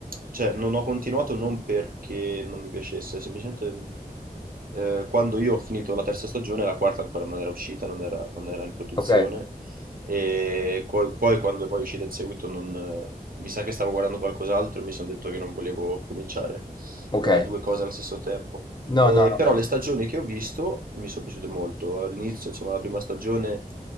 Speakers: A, on the right (about 65°); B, on the left (about 30°).
A: cioè, non ho continuato non perché non mi piacesse, semplicemente eh, quando io ho finito la terza stagione, la quarta ancora non era uscita, non era, non era in produzione.
B: ok,
A: E co- poi, quando poi è uscita in seguito, non, eh, mi sa che stavo guardando qualcos'altro e mi sono detto che non volevo cominciare
B: ok.
A: eh, due cose allo stesso tempo.
B: No,
A: Eh,
B: no, no,
A: però
B: aspetta.
A: le stagioni che ho visto mi sono piaciute molto. All'inizio, insomma, la prima stagione